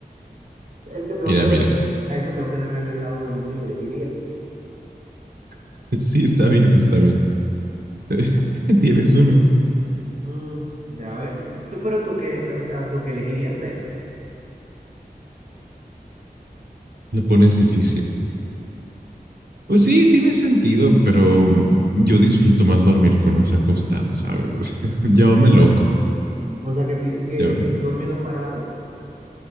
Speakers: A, on the right; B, on the right.
A: Es que tengo
B: Mira,
A: que,
B: mira.
A: a esa tengo que verle el lado bueno si yo elegiría.
B: <laughs> Sí, está bien, está bien. <laughs> Tienes uno.
A: Mm, de a ver, tú, pero tú qué, o sea, tú qué elegirías de esa.
B: Lo pones difícil. Pues sí, tiene sentido, pero mm, yo disfruto más dormir con eso acostado, ¿sabes? <laughs> Llámame loco.
A: O sea, que, ti- que
B: Llámame.
A: te has
B: <laughs>
A: dormido parado,